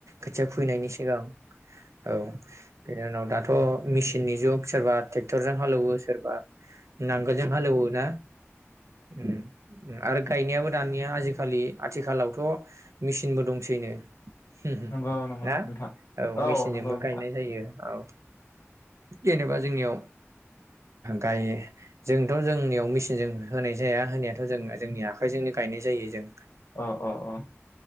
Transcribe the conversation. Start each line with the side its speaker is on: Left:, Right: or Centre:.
Right: खोथिया फैनायनि सिगां औ जनि उनाव दाथ' मेसिननि जुग सोरबा टेक्टरजों हालेवो सोरबा नांगोलजों हालेवो ना ओम आरो गायनायाबो दानिया आजिखालि आथिखालावथ' मेसिनबो दंसैनो ओम
Left: नंगौ नंगौ
Right: ना
Left: नोंथां
Right: औ मेसिनजोंबो
Left: नंगौ नोंथां
Right: गायनाय जायो औ जेनेबा जोंनियाव गाय जोंथ' जोंनियाव मेचिनजों होनाय जाया होनायाथ' जों जोंनि आखाइजोंनो गायनाय जायो जों
Left: अ अ अ